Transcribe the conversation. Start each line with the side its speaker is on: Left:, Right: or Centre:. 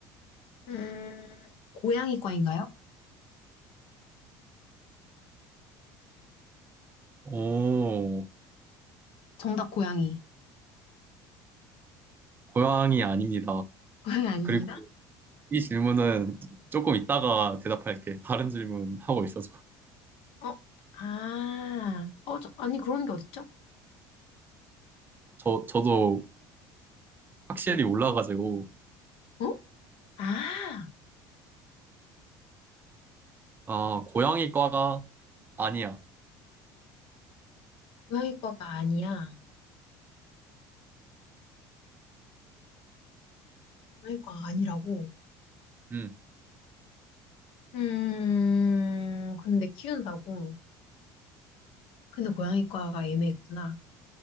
Left: 음, 고양이과인가요?
Right: 오,
Left: 정답 고양이.
Right: 고양이 아닙니다.
Left: 고양이 아닙니다.
Right: 그리고 이 질문은 조금 이따가 대답할게. 다른 질문 하고 있어서.
Left: 어, 아, 어, 저, 아니, 그런 게 어딨죠?
Right: 저, 저도 확실히 몰라가지고.
Left: 어? 아,
Right: 아, 고양이 과가 아니야.
Left: 고양이과가 아니야. 고양이과가 아니라고.
Right: 응,
Left: 음, 근데 키운다고. 근데 고양이과가 애매했구나.